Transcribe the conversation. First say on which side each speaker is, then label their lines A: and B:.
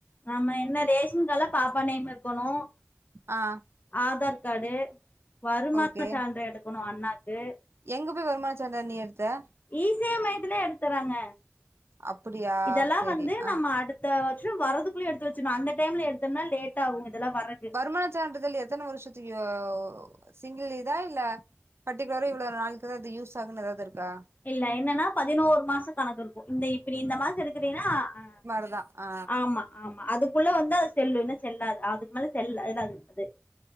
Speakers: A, on the left; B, on the right.
A: ஆம என்ன ரேஷன் காட்லா பாப்பா நேமு இருக்கணும்
B: ஆ
A: ஆதார் காடு வருமான
B: ஓகே
A: சான்று எடுக்கனோ அண்ணாக்கு
B: எங்க போய் வருமான சான்று நீ எடுத்த
A: ஈசேவ மையத்துல எடுத்துறாங்க
B: அப்டியா
A: இதெல்லாம்
B: சேரி
A: வந்து
B: ஆ
A: நம்ம அடு இத வந்து வரதுக்குள்ளே எடுத்து வச்சனோ அந்த டைம்ல எடுத்தனா லேட்டாகும் இதெல்லா வறதுக்
B: வருமானச்சான்றுதல் எத்தன வருஷத்துக்கு யோ சிங்கிள் இதா இல்ல பர்டிகுலரா இவ்ளோ நாளுக்கு தா யூஸ் ஆகுனு ஏதாது இருக்கா
A: இல்ல என்னன்னா பதினோரு மாச கணக்கு இருக்கும் இந்த இப்பிடி இந்த மாச எடுக்குறீன்னா அ
B: அதா அ
A: ஆமா ஆமா அதுக்குள்ள வந்து அது செல்லு இன்னா செல்லா அதுக்கு மேல செல் இதாது அது